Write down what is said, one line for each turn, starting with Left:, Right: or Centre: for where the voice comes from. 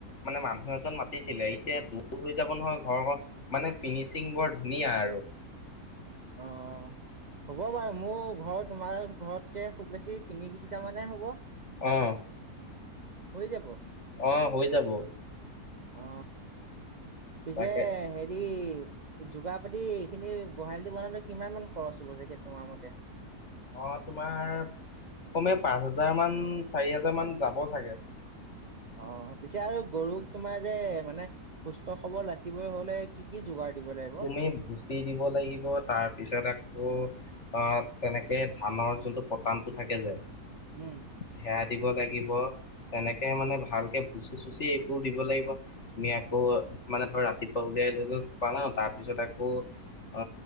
Left: মানে মানুহ এজন মাতিছিলে এতিয়া দূৰ হৈ যাব নহয় ঘৰখন মানে ফিনিচিং বৰ ধুনীয়া আৰু।
Right: অ। হ'ব বাৰু মোৰ ঘৰত তোমাৰ ঘৰতকে খুব বেছি তিনি কিলোমিটাৰ মানে হ'ব।
Left: অঁ।
Right: হৈ যাব।
Left: অ হৈ যাব।
Right: অ পিছে
Left: তাকে
Right: হেৰি যোগাৰ পাতি এইখিনি গোহালিটো বনাতে কিমান মান খৰচ হ'ব জেকেট তোমাৰ মতে?
Left: অ তোমাৰ কমে পাঁচ হাজাৰ মান চাৰি হাজাৰ মান যাব চাগে।
Right: অ পিছে আৰু গৰুক তোমাৰ যে মানে সুস্থ খবৰ ৰাখিবলৈ হলে কি কি যোগাৰ? দিব লাগিব?
Left: তুমি ভুচি দিব লাগিব তাৰপিছত আকৌ আহ তেনেকে ধানৰ যোনটো পতানতটো থাকে যে
Right: উম।
Left: সেয়া দিব লাগিব তেনেকে মানে ভালকে ভুচি চুচি এইবোৰ দিব লাগিব তুমি আকৌ মানে ধৰ ৰাতিপুৱা উলিয়াই লৈ গৈ পোৱা ন তাৰপিছত আকৌ অ